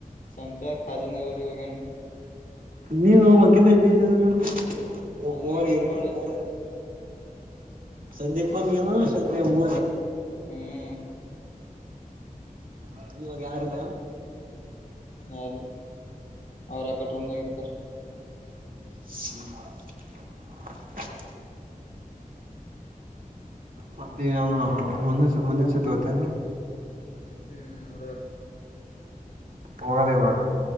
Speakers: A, on the left; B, on the right.
A: ಸಂಪ್ಯಾಕಾಜನ ಊರಿಗೆ ಹೋಗನ್
B: ನೀವ್ಹೋಬಕಲ್ಲ ಇದ ಇದ ಮಾಡವ
A: ಅಲ್ಲೋಗಿ ಏನ್ ಮಾಡ್ಲಿ
B: ಯಾರ ಸಂದೀಪ ನೀನು ಶಂಕ್ರಯ್ಯ ಮೂವರೇ
A: ಹ್ಮ್
B: ಹ್ಮ ಇವಾಗ ಯಾರಲ್ಲ
A: ಯಾರ ಅವ್ರ ಅಕಡ ರೂಮ್ದಾಗ ಇರ್ತಾರ
B: ಹ್ಮ <unintelligible> ಮತ್ತೆ ಹೆಂಗೋ ಮುಂದಿನ್ ಸತಿ ಮುಂದಿನ ಸತಿ ಓದತಿನಿ ನಿನ್
A: ಹ್ಮ್ ನೋಡಬೇಕ
B: ಹೋಗದೆ ಯಾವಾಗ